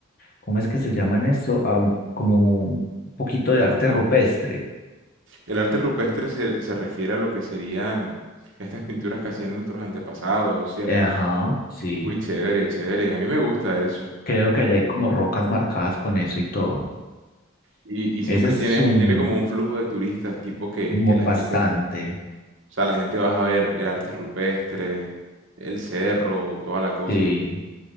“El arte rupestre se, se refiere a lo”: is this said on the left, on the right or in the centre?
Right